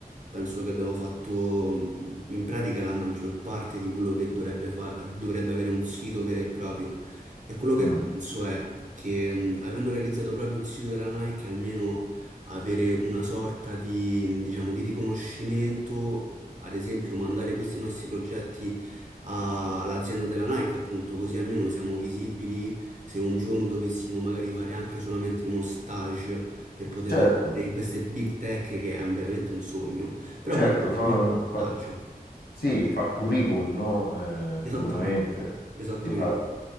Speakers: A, on the right (about 50°); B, on the left (about 80°).
A: penso che abbiamo fatto mm, in pratica la maggior parte di quello che dovrebbe fa- dovrebbe avere un sito vero e proprio. E quello che
B: mm.
A: penso è che mh, avendo realizzato proprio il sito della Nike, almeno avere una sorta di, mh, diciamo, di riconoscimento, ad esempio mandare questi nostri progetti a- all'azienda della Nike, appunto, così almeno siamo visibili se un giorno dovessimo magari fare anche solamente uno stage per poter
B: Certo.
A: lavorare in queste big tech che è un- veramente un sogno, però
B: Certo,
A: magari solamente
B: fa,
A: uno
B: fa-
A: stage.
B: sì, fa curriculum, no? Eh,
A: Esattamente,
B: sicuramente
A: esattamente,
B: ti fa,